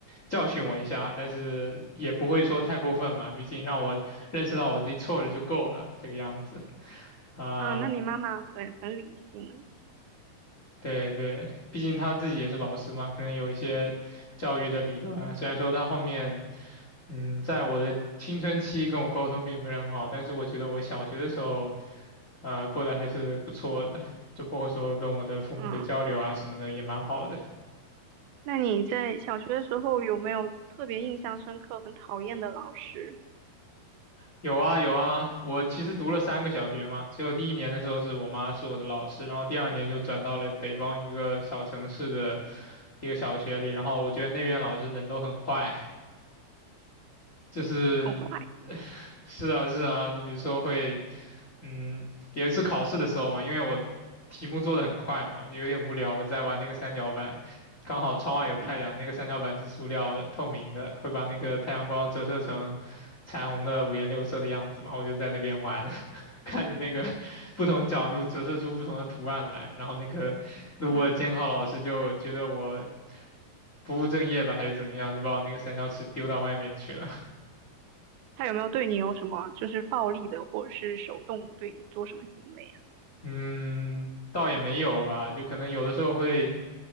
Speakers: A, on the left (about 50°); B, on the right (about 80°).
A: 教训我一下，但是也不会说太过分嘛，毕竟让我认识到我自己错了就够了，这个样子啊、
B: 啊？那你妈妈很很理性，
A: 对对，毕竟他自己也是老师嘛，可能有一些教育的理论啊，虽然说他后面。嗯，在我的青春期跟我沟通并不是很好，但是我觉得我小学的时候，呃，过得还是不错的，就包括说跟我的父母的交流啊什么的也蛮好的。
B: 嗯，那你在小学的时候有没有特别印象深刻、很讨厌的老师，
A: 有啊有啊，我其实读了三个小学嘛，只有第一年的时候是我妈是我的老师，然后第二年就转到了北方一个小城市的一个小学里，然后我觉得那边老师人都很坏，就是
B: 很坏，
A: <laughs> 是啊是啊，就比如说会，嗯，有一次考试的时候嘛，因为我题目做的很快嘛，有点无聊，我在玩那个三角板，刚好窗外有太阳，
B: 嗯
A: 那个三角板是塑料的，透明的，会把那个太阳光折射成彩虹的五颜六色的样子嘛，我就在那边玩，<laughs> 看着那个 <laughs> 不同角度折射出不同的图案来，然后那个路过的监考老师就觉得我
B: 嗯，
A: 不务正业吧，还是怎么样，就把我那个三角尺丢到外面去了。
B: 他有没有对你有什么就是暴力的，或者是手动对你做什么行为啊？
A: 嗯，倒也没有吧，就可能有的时候会